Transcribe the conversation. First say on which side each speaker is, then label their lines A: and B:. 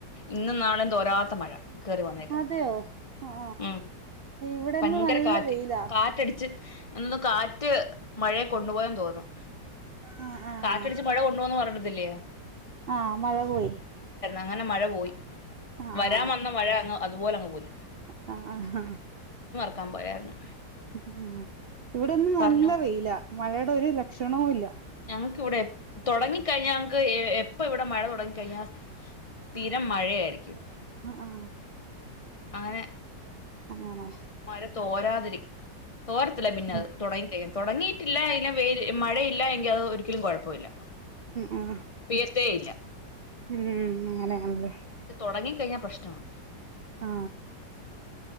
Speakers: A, on the left (about 30°); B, on the right (about 80°).
A: ഇന്നും നാളെയും തോരാത്ത മഴ കേറി വന്നേക്കുന്നു
B: അതെയോ ആ
A: ഉം
B: ഇവിടെ
A: ഭയങ്കര
B: ഇന്ന് നല്ല
A: കാറ്റ്
B: വെയിലാ
A: കാറ്റടിച്ച് എന്നൊന്ന് കാറ്റ് മഴയെ കൊണ്ടുപോയ തോന്നും
B: ആ ആ
A: കാറ്റടിച്ച്
B: ആ
A: മഴ കൊണ്ടുപോന്ന് പറഞ്ഞത്തില്ലയോ
B: ആ മഴ പോയി
A: അങ്ങനെ മഴ പോയി
B: ആ
A: വരാൻ
B: ആ
A: വന്ന മഴ അങ്ങ് അതു പോലെ അങ്ങ് പോയി
B: ആ ആ
A: ക്കാൻ പോയായിരുന്നു
B: ഉ ഇവിടെന്ന് നല്ല
A: പറഞ്ഞോ
B: വെയില മഴ ഒരു ലക്ഷണവും ഇല്ല
A: നമുക്ക് ഇവിടെ തുടങ്ങിക്കഴിഞ്ഞാൽ നമക്ക് എപ്പ ഇവിടെ മഴ തുടങ്ങി കഴിഞ്ഞാൽ സ്ഥിരം മഴ ആയിരിക്കും
B: ആ ആ
A: അങ്ങനെ
B: അങ്ങനെ
A: മഴ തോരാതിരിക്കും തോരത്തില്ല പിന്നെ
B: ഉം
A: അത് തെടങ്ങിക്കഴിയൻ തെടങ്ങിട്ടില്ല അതിൽ വെയി മഴയില്ല എങ്കിൽ അത് ഒരിക്കിലും കുഴപ്പമില്ല
B: ഉം
A: പെയ്യത്തേയില്ല
B: ഉം അങ്ങനെയണല്ലേ
A: പക്ഷെ തെടങ്ങിക്കഴിഞ്ഞാൽ പ്രശ്നവാ
B: ആ